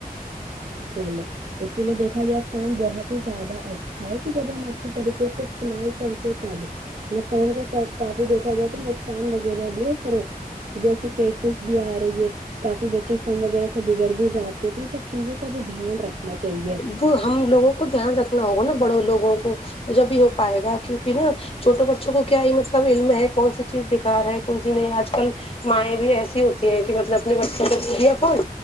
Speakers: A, on the right; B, on the left.
A: بالکل اسی لیے دیکھا جائے فون بہت ہی زیادہ اچھا ہے کہ جب ہم اچھی طریقے سے استعمال کرتے تب نقصان کے کافی دیکھا جائے تو نقصان وغیرہ بھی ہے فروخت جیسے کہ کیسز بھی آ رہی ہے کافی بچے فون وغیرہ سے بگڑ بھی جاتے ہیں ٹھیک ہے چیزوں کا بھی دھیان رکھنا چاہیے
B: تو ہم لوگوں کو دھیان رکھنا ہوگا نا بڑوں لوگوں کو جب ہی ہو پائے گا کیو نکہ نا چھوٹے بچوں کو کیا ہی مطلب علم ہے کون سی چیز بے کار ہے کون سی نہیں آج کل مائیں بھی ایسی ہوتی ہیں کہ مطلب اپنے بچوں کو دے د یا فون